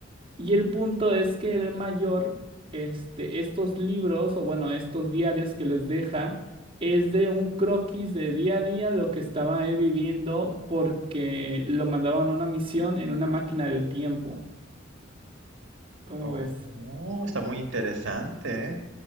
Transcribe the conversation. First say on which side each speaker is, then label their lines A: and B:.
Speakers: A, on the right; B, on the right.
A: Y el punto es que el mayor, este, estos libros, o bueno, estos diarios que les deja, es de un croquis de día a día lo que estaba él viviendo porque lo mandaban a una misión en una máquina del tiempo. ¿Cómo
B: Oh,
A: ves?
B: está muy interesante, ¿eh?